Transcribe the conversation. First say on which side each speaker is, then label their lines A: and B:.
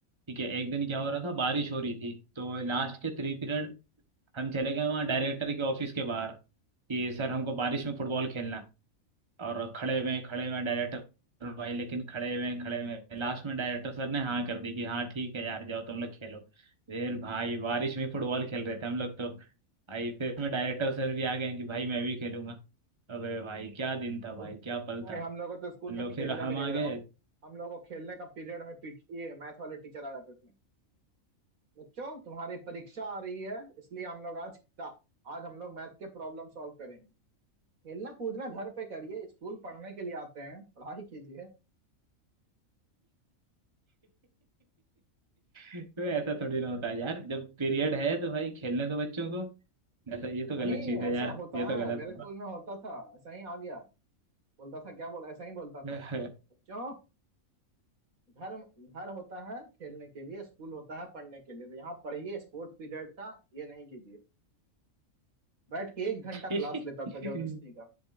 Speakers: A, on the right; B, on the right.
A: ठीक है एक दिन क्या हो रहा था बारिश हो रही थी तो लास्ट के थ्री पीरियड हम चले गए वहाँ डायरेक्टर के ऑफिस के बाहर कि सर हमको बारिश में फुटबॉल खेलना है और खड़े हुए खड़े हुए डायरेक्टर भाई लेकिन खड़े हुए खड़े हुए लास्ट में डायरेक्टर सर ने हाँ कर दी कि हाँ ठीक है यार जाओ तुम लोग खेलो फिर भाई बारिश में फुटबॉल खेल रहे थे हम लोग तो भाई फिर में डायरेक्टर सर भी आ गए कि भाई मैं भी खेलूंगा अबे भाई क्या दिन
B: तो,
A: था भाई क्या पल
B: नहीं
A: था
B: हम लोगों को तो स्कूल
A: हम
B: में
A: लोग
B: खेलने
A: फिर हम
B: भी नहीं
A: आ
B: जाए
A: गए
B: हम हम लोगों को खेलने का पीरियड में पीट, ये मैथ वाले टीचर आ जाते थे बच्चों तुम्हारी परीक्षा आ रही है इसलिए हम लोग आज आज हम लोग मैथ के प्रॉब्लम सॉल्व करेंगे खेलना कूदना घर पे करिए स्कूल पढ़ने के लिए आते हैं पढ़ाई कीजिए
A: तो ऐसा थोड़ी ना होता है यार जब पीरियड है तो भाई खेलने दो बच्चों को ऐसा ये
B: नहीं
A: तो गलत चीज है
B: ऐसा
A: यार
B: होता
A: ये तो
B: है
A: गलत
B: मेरे स्कूल में होता था ऐसा ही आ गया बोलता था क्या बोला ऐसा ही बोलता था
A: हुआ
B: बच्चों घर घर होता है खेलने के लिए स्कूल होता है पढ़ने के लिए तो यहाँ पढ़िए स्पोर्ट्स पीरियड का ये नहीं कीजिए बैठ के एक घंटा
A: <laughs>
B: क्लास लेता था जबरदस्ती
A: तो
B: का